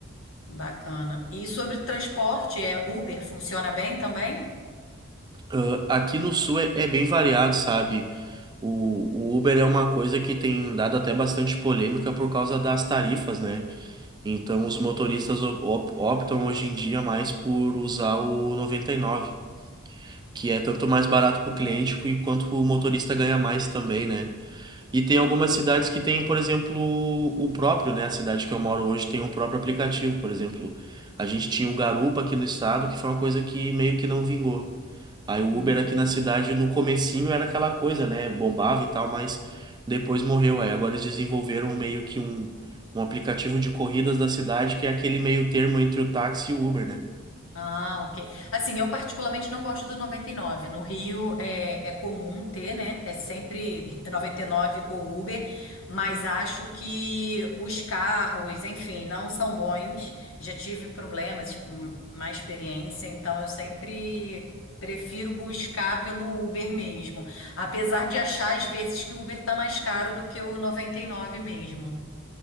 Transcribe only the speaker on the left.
Bacana. E sobre transporte, é Uber funciona bem também?
Hum.
Ah, ok. Assim, eu particularmente não gosto do 99. No Rio é, é comum ter, né? É sempre 99 ou Uber, mas acho que os carros, enfim, não são bons. Já tive problemas, hum, má experiência, então eu sempre prefiro buscar pelo Uber mesmo. Apesar de achar às vezes que o Uber tá mais caro do que o 99 mesmo.